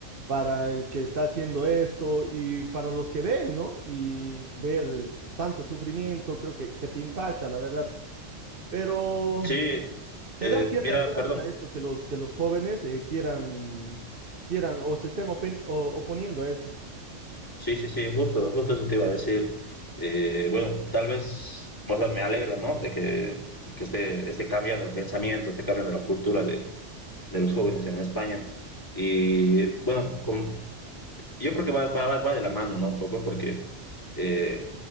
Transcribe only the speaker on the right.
para el que está haciendo esto y para los que ven, ¿no? Y ver tanto sufrimiento creo que, que te impacta, la verdad. Pero
te
da cierta
esperanza
esto, que los, que los jóvenes eh, quieran, quieran o se estén open- o- oponiendo a esto.